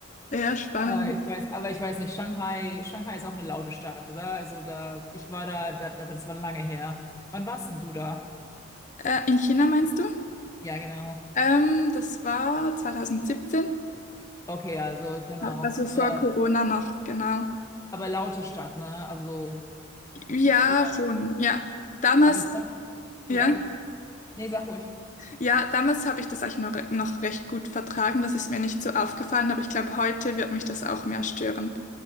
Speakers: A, on the left; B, on the left.
A: Ja, spannend.
B: Äh, ich weiß, aber ich weiß nicht, Shanghai, Shanghai ist auch eine laute Stadt, oder? Also da, ich war da, da, aber das war lange her. Wann warst denn du da?
A: Äh, in China meinst du?
B: Ja, genau.
A: Ähm, das war 2017,
B: Okay, also genau.
A: also vor
B: Aber,
A: Corona noch, genau.
B: aber laute Stadt, ne? Also,
A: Ja,
B: oder,
A: schon, ja. Damals,
B: aber kein- ja.
A: ja,
B: Nee, sag ruhig.
A: ja, damals habe ich das eigentlich noch, re- noch recht gut vertragen. Das ist mir nicht so aufgefallen, aber ich glaube, heute wird mich das auch mehr stören.